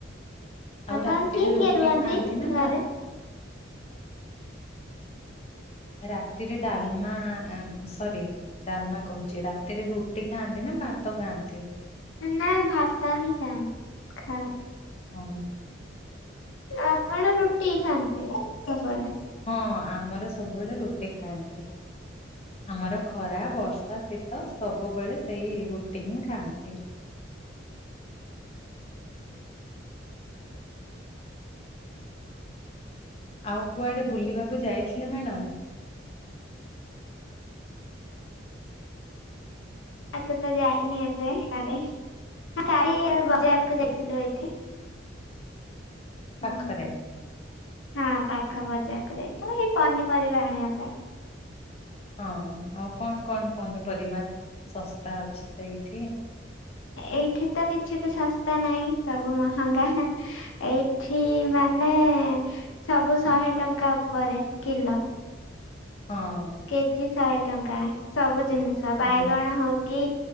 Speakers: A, on the left; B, on the left.
A: ଆଉ
B: ଆପଣ
A: ରାତିରେ
B: କିଏ
A: ରୁଟି
B: କିଏ ରୁହନ୍ତି
A: ଖାଆନ୍ତି ନା
B: ଘରେ?
A: ଭା ରାତିରେ ଡାଲମା ସରି ଡାନମା କହୁଛି ରାତିରେ ରୁଟି ଖାଆନ୍ତି ନା ଭାତ ଖାଆନ୍ତି?
B: ନାଇଁ ଭାତ ହି ଖ ଖା
A: ହଁ
B: ଆପଣ ରୁଟି ଖାଆନ୍ତି? ସବୁବେଳେ?
A: ହଁ ଆମର ସବୁବେଳେ ରୁଟି ଖାଆନ୍ତି। ଆମର ଖରା ବର୍ଷା ଶୀତ ସବୁବେଳେ ସେଇ ରୁଟି ହିଁ ଖାଆନ୍ତି। ନ୍ତି। ଆଉ କୁଆଡେ ବୁଲିବାକୁ ଯାଇଥିଲେ ମ୍ୟାଡାମ?
B: ତାକୁ ତ ଯାଇନି ଏବେ କୁଆଡେ। କାଲି ବଜାରକୁ ଯାଇଥିଲୁ ଏଠି। ହୁଁ
A: ପାଖରେ?
B: ହଁ ପାଖ ବ <unintelligible> ଏଇ ପନିପରିବା ଆଣିବା ପାଇଁ।
A: ହଁ ଆଉ କଣ କଣ ପନିପରିବା ଶସ୍ତା ଅଛି ସେଇଠି?
B: ଏଇଠି ତ କିଛି ବି ଶସ୍ତା ନାହିଁ ସବୁ ମହଙ୍ଗା। ଏଇଠି ମାନେ ସବୁ ଶହେ ଟଙ୍କା ଉପରେ କିଲୋ।
A: <inaudible> ହଁ
B: କେଜି ଶହେ ଟଙ୍କା ସବୁ ଜିନିଷ ବାଇଗଣ
A: ହୁଁ
B: ହଉ କି